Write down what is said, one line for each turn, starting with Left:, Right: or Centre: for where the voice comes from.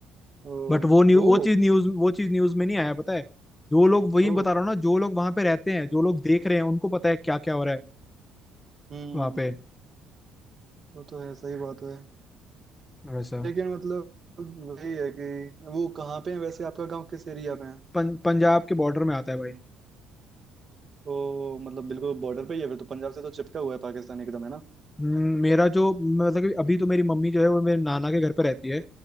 Right: ओ
Left: बट वो न्यू वो
Right: ओ
Left: चीज न्यूज वो चीज न्यूज में नहीं आया पता है जो लोग वही बता
Right: ओ
Left: रहा हूँ ना जो लोग वहां पे रहते हैं जो लोग देख रहे हैं उनको पता है क्या क्या हो रहा है
Right: हम्म
Left: वहां पे
Right: वो तो है सही बात है
Left: वैसा
Right: लेकिन मतलब वही है कि वो कहाँ पे है वैसे आपका गांव किस एरिया में है
Left: पं, पंजाब के बॉर्डर में आता है भाई
Right: तो मतलब बिल्कुल बॉर्डर पे ही है फिर तो पंजाब से तो चिपका हुआ है पाकिस्तान एकदम है ना
Left: हम्म, मेरा जो मतलब कि अभी तो मेरी मम्मी जो है वो मेरे नाना के घर पे रहती है